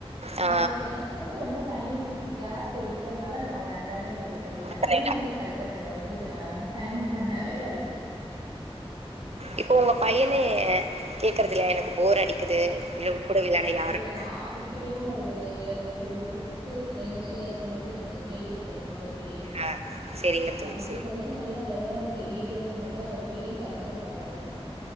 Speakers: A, on the right; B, on the right.
A: ஆ
B: அஹ் எனக்கு வந்து ரொம்ப டைம் கேப் எடுத்தனால நான வேண்டானே முடிவு பண்ணிட்டேன்
A: கரெக்ட்டா.
B: நீங்க வந்து ட்ரை பண்ணுங்க உங்களுக்கு நா டைம்க்க நெறையா இருக்கு
A: இப்போ உங்க பையனே கேக்குறதுலையா எனக்கு போர் அடிக்குது எங்க கூட விளையாட
B: ஆஹ்
A: யாரும்
B: இல்ல நான் அவர்கிட்டையு அது அவர் ஒரு பிப்த் ரேஞ்ச்ல இருக்கும் போது நாங்க கேட்டு டோம் அவர்கிட்டையும்
A: ஆ சரிங்க தோழி,
B: அவருக்கு
A: சரி.
B: கொஞ்சம் நல்லா <unintelligible> டின்னு போது அவர்கிட்டயும் கன்சல்ட் பண்ணோ நாங்க